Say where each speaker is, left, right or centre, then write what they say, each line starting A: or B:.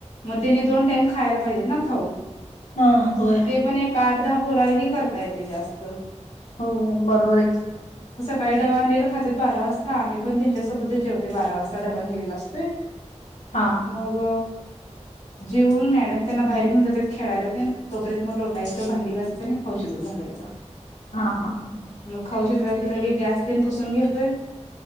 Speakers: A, on the left; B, on the left.
A: मग त्याने दोन टाइम खायला पाहिजेत ना खाऊ.
B: हा होय
A: ते पण एक आठ दहा पोराला आले की करता येते जास्त हम्म.
B: हो बरोबर आहे की
A: काही डबा आणलेलं खात बारा वाजता आम्ही पण त्यांच्यासोबतच जेवते बारा वाजता डबा नेलेला असतोय.
B: हा
A: मग जेऊन मॅडम त्यांना बाहेर घेऊन जातात खेळायला ते तोपर्यंत म लोट - टायचं भांडी घासताना खाऊ शिजवून घालायचा.
B: हा हा
A: मग खाऊ शिजला की लगे गॅस तेन पुसून घेतोय